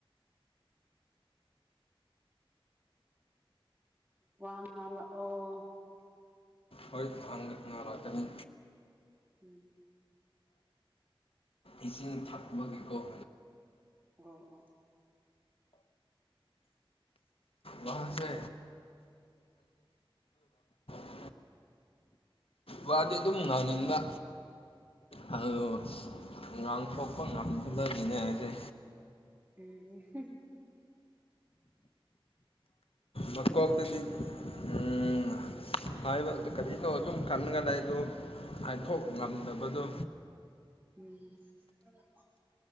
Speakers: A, on the right (about 20°); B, on the left (about 80°).
A: ꯋꯥ ꯉꯥꯡꯔꯛꯑꯣ
B: ꯍꯣꯏ ꯐꯪ ꯉꯥꯡꯔꯛꯀꯅꯤ
A: ꯎꯝ
B: ꯏꯁꯤꯡ ꯊꯛꯄꯒꯤꯀꯣ
A: ꯑꯣ ꯑꯣ
B: ꯋꯥꯁꯦ <unintelligible> ꯋꯥꯗꯤ ꯑꯗꯨꯝ ꯉꯥꯡꯅꯤꯡꯕ ꯍꯜꯂꯣ ꯉꯥꯡꯊꯣꯛꯄ ꯉꯝꯗꯕꯒꯤꯅꯦ ꯍꯥꯏꯁꯦ
A: ꯎꯝ
B: ꯃꯀꯣꯛꯇꯗꯤ ꯎꯝ ꯍꯥꯏꯕ ꯑꯗꯨ ꯀꯔꯤꯅꯣ ꯑꯗꯨꯝ ꯀꯟꯂꯒ ꯂꯩꯗꯣ ꯍꯥꯏꯊꯣꯛ ꯉꯝꯗꯕꯗꯣ
A: ꯎꯝ <unintelligible>